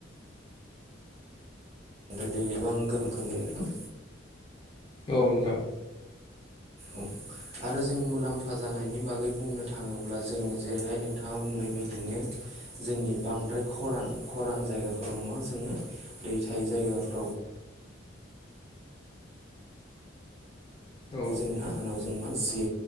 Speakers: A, on the right (about 35°); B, on the left (about 25°).
A: ओमफाय दैबां गोहोखौ लै आरो ना।
B: औ नोंथां।
A: औ आरो जों मुलाम्फा जानायनि बागै बुंनो थाङोब्ला जोङो जेरैहाय नोंथाङा बुंनाय बायदिनो। जोंनि बांद्राय खरान खरान जायगाफोराव मा जोङो दै थायो जायगाफ्राव बो
B: औ।
A: जोंना होनाव जों मा जे